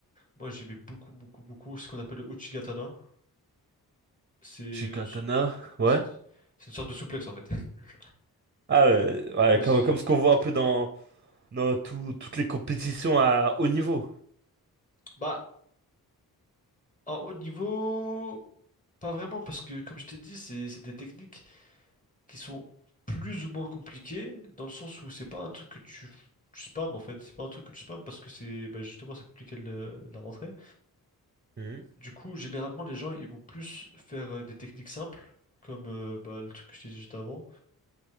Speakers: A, on the left; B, on the right.
A: moi j'aimais beaucoup, beaucoup, beaucoup ce qu'on appelle le Uchigatana. C'est une
B: J'ai katana,
A: s- ouais,
B: ouais.
A: c'est c'est une sorte de souplex, en fait. <laughs>
B: Ah ouais, ouais,
A: Ouais,
B: comme,
A: j'ai-
B: comme ce qu'on voit un peu dans, dans tout- toutes les compétitions à haut niveau.
A: Bah, en haut niveau, pas vraiment, parce que comme je t'ai dit, c'est c'est des techniques. qui sont plus ou moins compliqués, dans le sens où c'est pas un truc que tu, tu spammes en fait, c'est pas un truc que tu spammes parce que c'est bah, justement c'est compliqué de la rentrée.
B: Mhm.
A: Du coup, généralement les gens ils vont plus faire euh, des techniques simples, comme euh, bah, le truc que je t'ai dit juste avant.